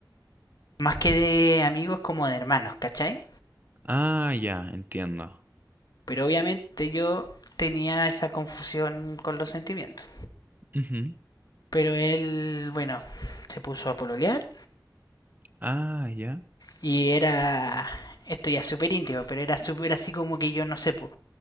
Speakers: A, on the left; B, on the right.
A: más que de amigos como de hermanos, ¿cachai?
B: Ah, ya, entiendo.
A: Pero obviamente yo tenía esa confusión con los sentimientos.
B: Ujú.
A: Pero él, bueno, se puso a pololear
B: Ah, ya.
A: y era esto ya es súper íntimo, pero era súper así como que yo no sé, po,